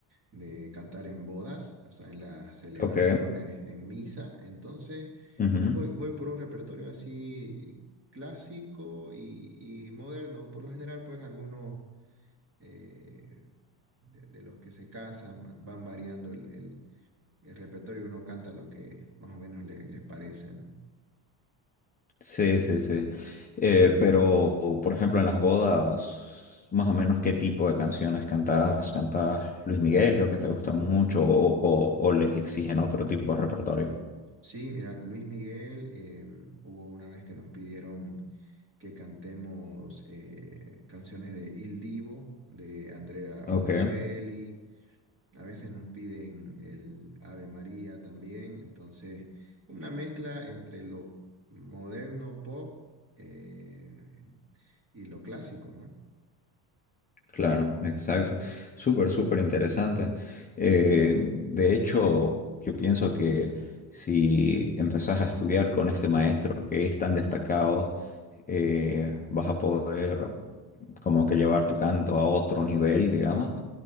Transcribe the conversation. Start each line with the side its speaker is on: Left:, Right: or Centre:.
Right: de cantar en bodas, o sea, en las celebraciones,
Left: Ok.
Right: en misa. Entonces,
Left: Ujú.
Right: voy, voy por un repertorio así clásico y, y moderno. Por lo general, pues algunos eh, de, de los que se casan ma- van variando el, el- el repertorio. Uno canta lo que más o menos le- les parece, ¿no?
Left: Sí, sí, sí. Eh, pero, por ejemplo, en las bodas, más o menos, ¿qué tipo de canciones cantabas? ¿Cantabas Luis Miguel? Creo que te gusta mucho, o, o- o les exigen otro tipo de repertorio.
Right: Sí, mira, Luis Miguel, eh, hubo una vez que nos pidieron que cantemos eh, canciones de Il Divo, de Andrea
Left: Ok.
Right: Bocelli, a veces nos piden el Ave María también, entonces una mezcla entre lo moderno pop eh, y lo clásico, ¿no?
Left: Claro, exacto. Súper, súper interesante. Eh, de hecho, yo pienso que si empezás a estudiar con este maestro que es tan destacado, eh, vas a poder como que llevar tu canto a otro nivel, digamos,